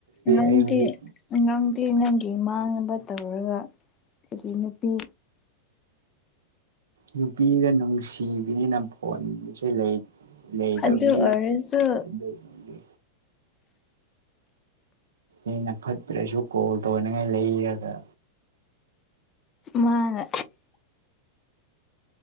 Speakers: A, on the left; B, on the right.
A: ꯅꯪꯗꯤ
B: ꯑꯩ ꯍꯧꯖꯤꯛ
A: ꯑꯉꯪ ꯏ ꯅꯪꯒꯤ ꯃꯥꯡꯅꯕ ꯇꯧꯔꯒ ꯀꯔꯤ ꯅꯨꯄꯤ
B: ꯅꯨꯄꯤꯗ ꯅꯨꯡꯁꯤꯕꯤꯅꯤꯅ ꯐꯣꯟꯕꯁꯨ ꯂꯩ ꯂꯩ ꯇꯕꯅꯤꯅ
A: ꯑꯗꯨ ꯑꯣꯏꯔꯁꯨ
B: ꯑꯗꯨꯒꯤ ꯑꯩꯅ ꯐꯠꯇ꯭ꯔꯁꯨ ꯀꯣꯜ ꯇꯧꯅꯤꯡꯉꯥꯏ ꯂꯩꯔꯒ
A: ꯃꯥꯅ